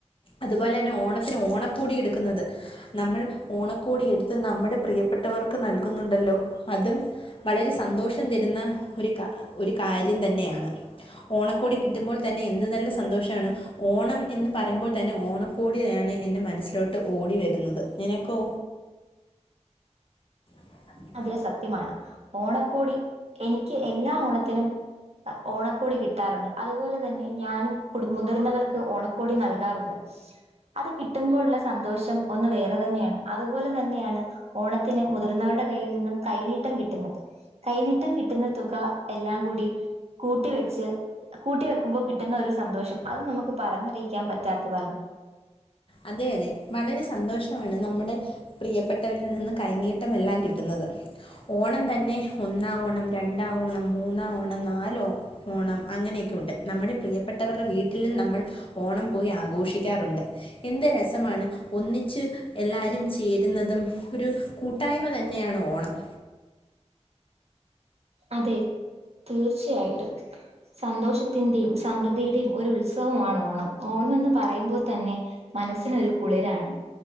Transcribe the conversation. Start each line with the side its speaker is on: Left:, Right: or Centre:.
Left: അതുപോലന്നെ ഓണ ത്തിന് ഓണക്കോടി എടുക്കുന്നത്. നമ്മൾ ഓണക്കോടി എടുത്ത് നമ്മുടെ പ്രിയപ്പെട്ടവർക്ക് നൽകുന്നുണ്ട്. ണ്ടല്ലോ? അതും വളരെ സന്തോഷം തരുന്ന ഒരു ഒരു കാര്യം തന്നെയാണ്. ഓണക്കോടി കിട്ടുമ്പോൾ തന്നെ എന്ത് നല്ല സന്തോഷാണ്. ഓണം എന്ന് പറയുമ്പോൾ തന്നെ ഓണക്കോടിയാണ് എൻറെ മനസ്സിലോട്ട് ഓടി വരുന്നത്. നിനക്കോ? <unintelligible>
Right: അതെല്ലാം സത്യമാണ് ഓണക്കോടി എനിക്ക് എല്ലാ ഓണത്തിനും ഓണക്കോടി കിട്ടാറുണ്ട്. അതുപോലെ തന്നെ ഞാനും കുടും മുതിർന്നവർക്ക് ഓണക്കോടി നൽകാറുണ്ട്. അത് കിട്ടുമ്പോഴുള്ള സന്തോഷം ഒന്ന് വേറെ തന്നെയാണ്. അത് പോലെ തന്നെയാണ്. ഓണത്തിന് മുതിർന്നവരുടെ കയ്യിൽ നിന്നും കൈനീട്ടം കിട്ടുന്നത്. കൈനീട്ടം കിട്ടുന്ന തുക എല്ലാം കൂടി കൂട്ടി വെച്ച് കൂട്ടി വെക്കുമ്പോൾ കിട്ടുന്ന ഒരു സന്തോഷം അത് നമുക്ക് പറഞ്ഞറിയിക്കാൻ പറ്റാത്തതാണ്.
Left: അതെയതെ വളരെ സന്തോഷമാണ് നമ്മ്ടെ പ്രീയപ്പെട്ടവരിൽ നിന്ന് കൈനീട്ടമെല്ലാം കിട്ട്ന്നത്. ഓണം തന്നെ ഒന്നാം ഓണം രണ്ടാം ഓണം മൂന്നാം ഓണം നാലോ ഓണം അങ്ങനെയൊക്കെയുണ്ട്. നമ്മുടെ പ്രീയപ്പെട്ടവരുടെ വീട്ടിലും നമ്മൾ ഓണം പോയി ആഘോഷിക്കാറുണ്ട്. എന്ത് രസമാണ് ഒന്നിച്ച് എല്ലാരും ചേരുന്നതും ഒരു കൂട്ടായ്മ തന്നെയാണ് ഓണം.
Right: അതെ തീർച്ചയായിട്ടും. സന്തോഷത്തിന്റെയും സമൃദ്ധിയുടെയും ഒരു ഉത്സവ മാണ് ഓണം. ഓണംന്ന് പറയുമ്പോൾ തന്നെ മനസ്സിനൊരു കുളിരാണ്.